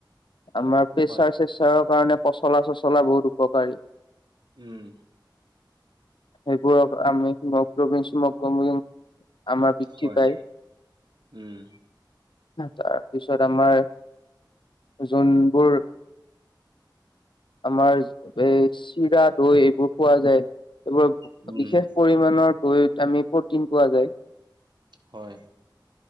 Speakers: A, on the left; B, on the right.
A: আমাৰ প্ৰেচাৰ
B: হয়,
A: চেচাৰৰ কাৰণে পচলা চচলা বহুত উপকাৰী
B: উম
A: সেইবোৰক আমি হিমগ্লবিন হিমগ্লবিন - আমাৰ বৃদ্ধি
B: হয়,
A: পায়।
B: উম,
A: তাৰপিছত আমাৰ যোনবোৰ আমাৰ এই চিৰা দৈ এইবোৰ পোৱা যায়। এইবোৰ
B: উম,
A: বিশেষ পৰিমাণৰ দৈত আমি প্ৰটিন পোৱা যায়।
B: হয়।